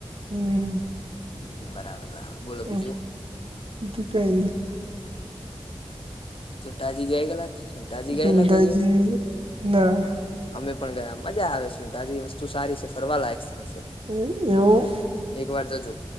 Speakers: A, on the right (about 60°); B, on the left (about 55°).
A: હમ
B: હ બરાબર બરાબર બોલો
A: હા
B: બીજું
A: બીજું <inaudible>
B: સુંઢાજી જય ગેલા સુંઢાજી
A: ગંધાજી
B: ગયેલા કોઈ દિવસ?
A: ના
B: અમે પણ ગયા મજા આવે સુંઢાજી વસ્તુ સારી છે ફરવાલાયક સ્થળ છે.
A: હમ એવું
B: એક વાર જજો.